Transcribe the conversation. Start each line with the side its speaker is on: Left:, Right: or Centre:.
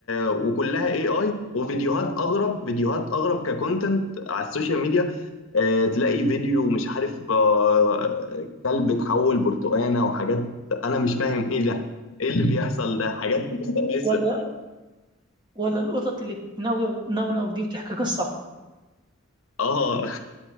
Left: وكلها اي اي وفيديوهات اغرب فيديوهات اغرب ككونتنت على السوشيال ميديا آه، تلاقي فيديو مش عارف آه، كلب اتحول برتقانة وحاجات انا مش فاهم ايه ده ايه اللي <laughs> بيحصل ده حاجات مستفزة
Right: ولا ولا القطط اللي بتنونو دي وتحكي قصه
Left: اه <laughs>